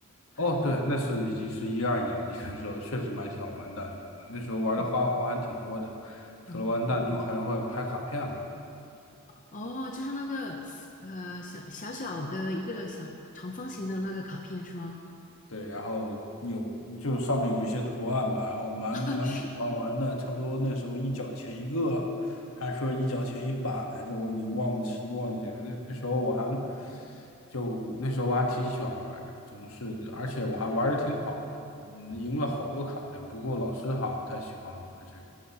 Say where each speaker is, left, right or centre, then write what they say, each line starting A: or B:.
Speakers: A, on the left; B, on the left.
A: 还有
B: 哦，对，那是已经是一二年，<laughs> 的时候确实蛮喜欢玩弹珠的。那时候玩的花活还挺多的，
A: 哦
B: 除了玩弹珠，
A: 哦
B: 还会拍卡片嘛。
A: 哦，就是那个呃小小小的一个小长方形的那个卡片是吗？
B: 对，然后有就上面有一些图案吧，我蛮蛮喜欢玩的，
A: <laughs> 啊，是的。
B: 差不多那时候一角钱一个，还说一角钱一把来着，我已经忘不清忘记了。那那时候我还就那时候我还挺喜欢玩的，总是而且我还玩的挺好的，嗯赢了好多卡片。不过老师好像不太喜欢玩这个，